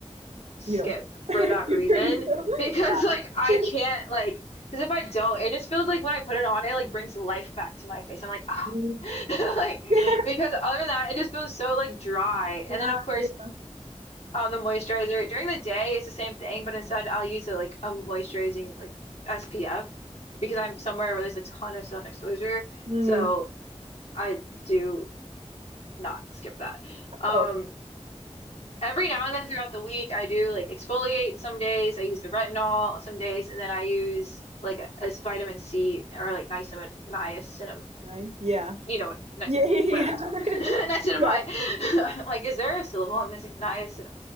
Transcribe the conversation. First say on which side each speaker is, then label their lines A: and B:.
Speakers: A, on the left; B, on the right.
A: skip
B: You don't. <laughs>
A: for
B: Good
A: that reason
B: for you.
A: <laughs> because like I
B: <laughs>
A: can't like because if I don't, it just feels like when I put it on, it like brings life back to my face. I'm like ah.
B: Mm.
A: <laughs> Like
B: <laughs>
A: because other than that, it just feels so like dry.
B: Yeah.
A: And then of course
B: yeah.
A: um, the moisturizer during the day it's the same thing, but instead I'll use a like a moisturizing like SPF because I'm somewhere where there's a ton of sun exposure.
B: hmm
A: So I do not skip that. Um,
B: Oh,
A: every now and then throughout the week I do like exfoliate some days, I use the retinol some days, and then I use like a, a vitamin C or like niacin niacinamide
B: nine. Yeah.
A: you know what, niacinamide,
B: Yeah. <laughs>
A: whatever
B: Yeah.
A: it's
B: Yeah.
A: called, <laughs> niacinamide.
B: <laughs> yeah.
A: <laughs> Like, is there a syllable I'm missing? Niacinamide.